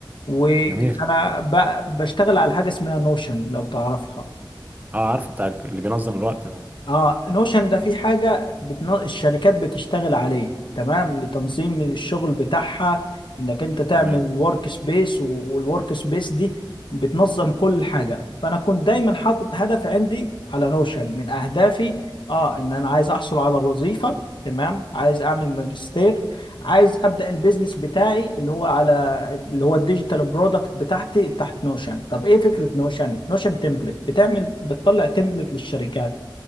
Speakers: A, on the left (about 70°); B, on the right (about 20°).
A: وانا
B: جميل
A: ب- بشتغل على حاجه اسمها نوشن لو تعرفها
B: اه عارفه بتاع اللي بينظم الوقت ده
A: اه نوشن ده في حاجة بتن... الشركات بتشتغل عليه تمام لتنظيم من الشغل بتاعها انك انت تعمل
B: تمام
A: ورك سبيس والورك سبيس دي بتنظم كل حاجة فانا كنت دايما حاطط هدف عندي على نوشن من اهدافي اه ان انا عايز احصل على وظيفة تمام عايز اعمل ماجستير عايز ابدا البيزنس بتاعي اللي هو على اللي هو الديجيتال برودكت بتاعتي تحت نوشن طب ايه فكرة نوشن نوشن تمبلت بتعمل بتطلع تمبلت للشركات